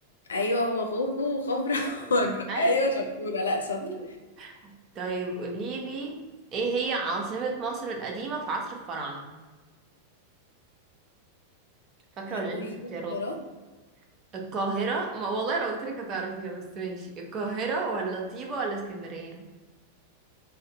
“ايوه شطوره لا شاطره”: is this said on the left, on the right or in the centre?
Left